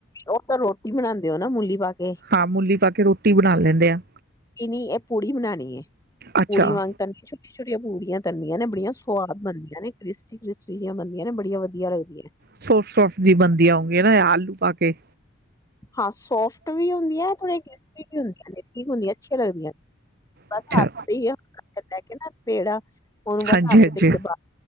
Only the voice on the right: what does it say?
ਹਾਂ ਮੂਲੀ ਪਾ ਕੇ ਰੋਟੀ ਬਣਾ ਲੈਂਦੇ ਆ
ਅੱਛਾ
ਸੌਫਟ ਸੌਫਟ ਜਿਹੀ ਬਣਦੀ ਆਉਂਗੀਆਂ ਨਾ ਆਲੂ ਪਾ ਕੇ
ਅੱਛਾ
ਹਾਂਜੀ
ਹਾਂਜੀ